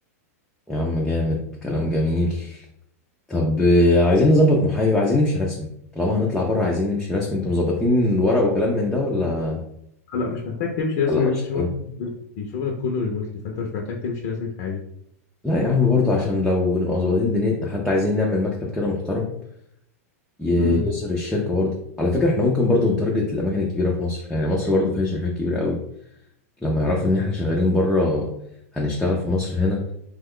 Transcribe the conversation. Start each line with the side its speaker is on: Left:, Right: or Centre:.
Centre: يا عم جامد كلام جميل طب آه، عايزين نظبط محايو عايزين نمشي رسمي طالما هنطلع بره عايزين نمشي رسمي انتوا مظبطين ورق وكلام من ده ولا
Left: آه، لا مش محتاج تمشي
Centre: <laughs>
Left: رسمي
Centre: ولا
Left: لأن
Centre: ماشي
Left: انت شغلك
Centre: كده
Left: شغلك كله ريموتلي فانت مش محتاج تمشي رسمي في حاجه
Centre: لا يا عم برضه عشان لو نبقى مظبطين دنيتنا حتى عايزين نعمل مكتب كده محترم ي-
Left: امم
Centre: يسر الشركه برضه على فكره احنا ممكن برضه نتارجت الاماكن الكبيره في مصر يعني مصر برضه فيها شركات كبيره قوي لما يعرفوا ان احنا شغالين بره هنشتغل في مصر هنا